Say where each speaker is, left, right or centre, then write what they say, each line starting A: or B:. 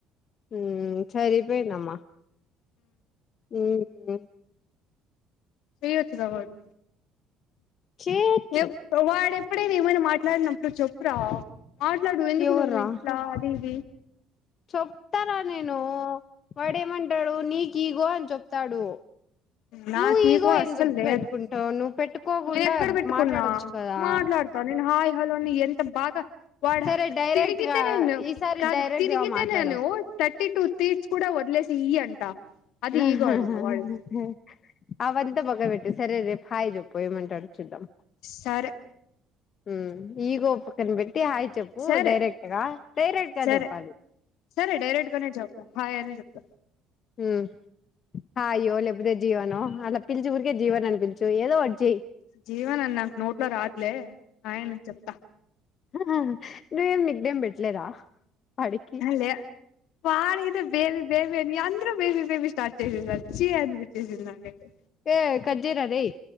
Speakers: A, on the left; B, on the left.
A: హ్మ్ సరిపోయిందమ్మ హ్మ్ ఉ
B: చేయొచ్చు గ వాడు
A: చేయొచ్చు
B: ఎప్పుడు వాడేప్ డ్ అప్పుడే ఏమైనా మాట్లాడినప్పుడు చెప్పురా మాట్లాడు ఎందుకు
A: ఎవర్రా
B: నువ్వు ఇట్లా అది ఇది
A: చెప్తారా నేను వాడేమంటాడు నీకు ఇగో అని చెప్తాడు
B: నాక్
A: నువ్వు
B: ఇగో
A: ఈగో
B: అసల్
A: ఎందుకు
B: లేదు
A: పెట్టుకుంటావు నువ్వు పెట్టుకోకుండా
B: నేను ఎక్కడ పెట్టుకున్నా
A: మాట్లాడొచ్చు కదా
B: మాట్లాడతాను నేను హాయి హాలోని ఎంత బాగా వాడ
A: సరే డైరెక్ట్
B: తిరిగితే
A: గా
B: నేను
A: ఈసారి
B: క
A: డైరెక్ట్
B: తిరిగితేనేను
A: గా మాట్లాడు
B: థర్టీ టూ తీత్స్ కూడా వదిలేస్ ఈ అంట అది
A: హహహ
B: ఈగో అంట వాడిది
A: అవి అంత పక్కన పెట్టు సరే రేపు హాయ్ చెప్పు పోయమం అంటాడో చూద్దాం
B: సరే
A: హ్మ్ ఈగో పక్కన పెట్టి హాయి చెప్పు
B: సరే
A: డైరెక్టుగా డైరెక్టుగా
B: సరే
A: చెప్పాలి.
B: సరే డైరెక్ట్ గానే చెప్తా హాయ్ అనే చెప్తా
A: హ్మ్ హాయో లేపోతే జీవనో అలా పిలిచి ఊరికే జీవన్ అని పిల్చు ఏదో ఒకటి చెయ్
B: జీవనన్న నాకు నోట్లో రావట్లే హాయ్ అనే చెప్తా
A: హాహా నువేం నిక్నేమ్ పెట్టలేదా వాడికి
B: హ లే వాడ్ ఏందో బేబీ బేబీ అని అందరు బేబీ బేబీ స్టార్ట్ స్టార్ట్ చేసేసారు చి అనిపించింది నాక్ అయితే
A: ఏ కట్ చేయరా రేయ్